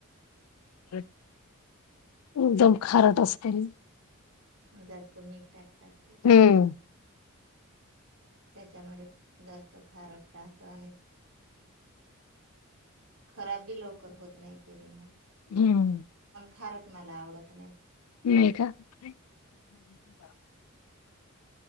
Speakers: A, on the left (about 85°); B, on the right (about 75°).
A: एकदम खारट असतेनी
B: जतो मीठ टाक प ते
A: हम्म
B: त्याच्यामुळे जास्त खारट राहतो आणि खराब बी लवकर होत नाही ते रिमा
A: हम्म
B: खारत मला आवडत नाही
A: म का ठी आहे